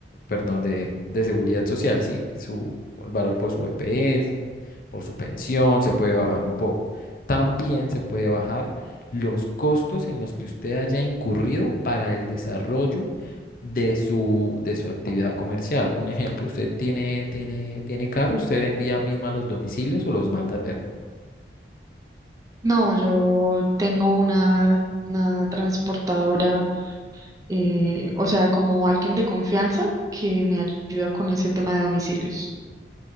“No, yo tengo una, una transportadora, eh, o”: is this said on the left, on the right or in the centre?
Right